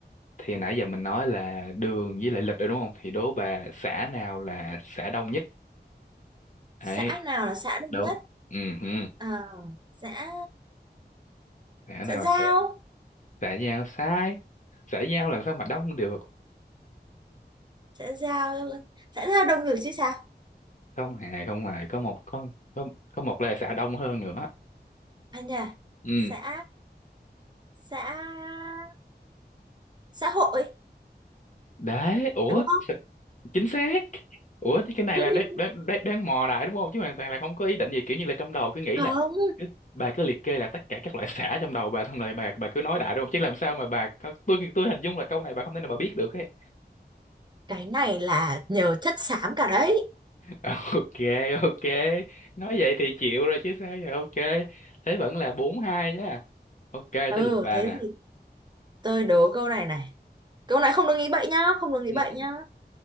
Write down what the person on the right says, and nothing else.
xã
nào là xã đông
nhất
Ờ, xã
xã
giao
xã giao xã giao đông người chứ sao
anh à nhà.
xã xã xã hội
đúng không
<laughs>
không
Cái này là nhờ chất xám cả đấy.
Ừ,
thế
thì tôi đố câu này này. Câu này không được nghĩ bậy nhá, không được nghĩ
bậy nhá.